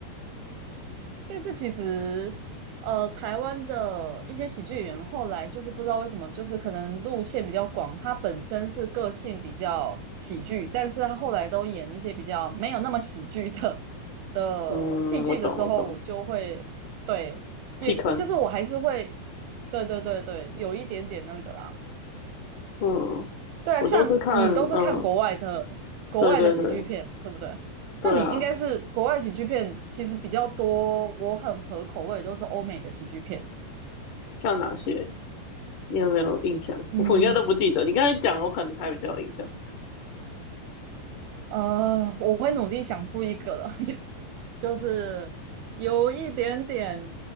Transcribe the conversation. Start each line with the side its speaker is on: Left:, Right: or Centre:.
Right: 但是其实，呃，台湾的一些喜剧演员后来就是不知道为什么，就是可能路线比较广，他本身是个性比较喜剧，但是他后来都演一些比较没有那么喜剧的的戏剧的时候，
Left: 嗯，我懂我懂，
Right: 我就会对，
Left: 弃坑。
Right: 也就是我还是会，对对对对，有一点点那个。
Left: 嗯，
Right: 对啊，
Left: 我都是看，
Right: 像你都是看国外的国外的喜剧片嘛对不对？
Left: 嗯，对对对对啊，
Right: 那你应该是国外喜剧片其实比较多，我很合口味，都是欧美的喜剧片。
Left: 像哪些？你有没有印象？
Right: 嗯，
Left: <laughs> 我应该都不记得。你刚才讲，我可能才比较有印象。
Right: 呃，我会努力想出一个了，<laughs> 就是有一点点，